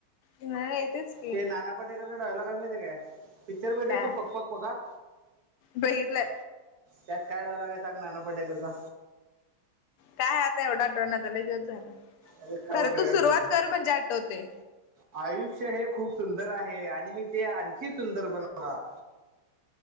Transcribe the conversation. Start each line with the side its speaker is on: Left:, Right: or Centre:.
Left: नाही येतच की
Right: ते नाना पाटेकरचा डायलॉग आहे माहिे काय पिक्चर भेटे
Left: काय
Right: तू पक पक पकाक.
Left: बघितलं
Right: त्यात काय डावला काय सांग ना पटेकरता.
Left: काय आता एवढाट्रन झाला त झालं
Right: अरे काय
Left: खरं
Right: उपयोग
Left: तू
Right: आहे
Left: सुरुवात
Right: मग तुमचा
Left: कर म्हणजे आठवते.
Right: आयुष्य हे खूप सुंदर आहे आणि मी ते आणखी सुंदर बनवणार.